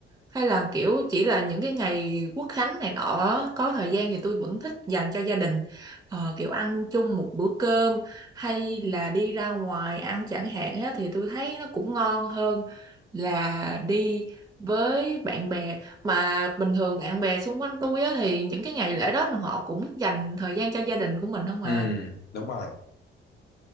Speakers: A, on the right; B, on the left.
A: hay là, kiểu, chỉ là những cái ngày Quốc khánh này nọ có thời gian thì tôi vẫn thích dành cho gia đình, ờ, kiểu, ăn chung một bữa cơm hay là đi ra ngoài ăn chẳng hạn á, thì tôi thấy nó cũng ngon hơn là đi với bạn bè. Mà bình thường bạn bè xung quanh tôi á, thì những cái ngày lễ đó là họ cũng dành thời gian cho gia đình của mình không à.
B: Ừm, đúng rồi.